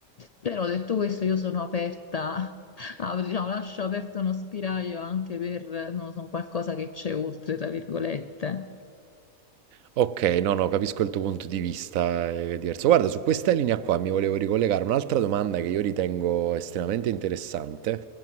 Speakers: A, on the left; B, on the right.
A: però detto questo io sono aperta <laughs> a- diciamo, lascio aperto uno spiraglio anche per non lo so, qualcosa che c'è oltre tra virgolette
B: Ok, no, no, capisco il tuo punto di vista, è diverso. Guarda, su questa linea qua mi volevo ricollegare un'altra domanda che io ritengo estremamente interessante,